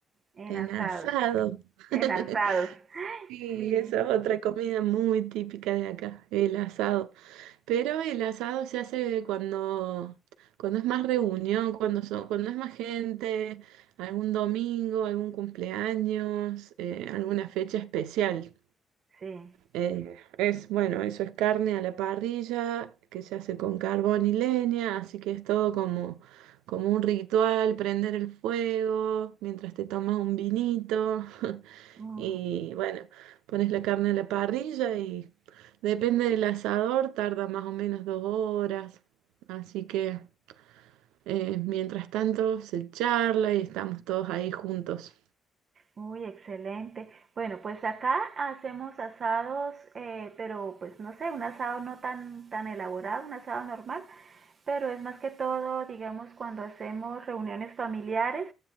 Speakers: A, on the right (about 55°); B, on the right (about 90°).
A: en
B: en
A: asados,
B: asado.
A: sí,
B: <laughs>
A: en asados, <laughs>
B: Sí,
A: sí,
B: esa es otra comida muy típica de acá, el asado. Pero el asado se hace cuando, cuando es más reunión, cuando son, cuando es más gente, algún domingo, algún cumpleaños, eh, alguna fecha especial.
A: sí.
B: Eh, es, bueno, eso es carne a la parrilla, que se hace con carbón y leña, así que es todo como, como un ritual, prender el fuego mientras te tomas un vinito <laughs>
A: Ujú.
B: y bueno, pones la carne a la parrilla y depende del asador, tarda más o menos dos horas, así que eh, mientras tanto se charla y estamos todos ahí juntos.
A: Uy, excelente. Bueno, pues acá hacemos asados, eh, pero pues no sé, un asado no tan, tan elaborado, un asado normal, pero es más que todo, digamos, cuando hacemos reuniones familiares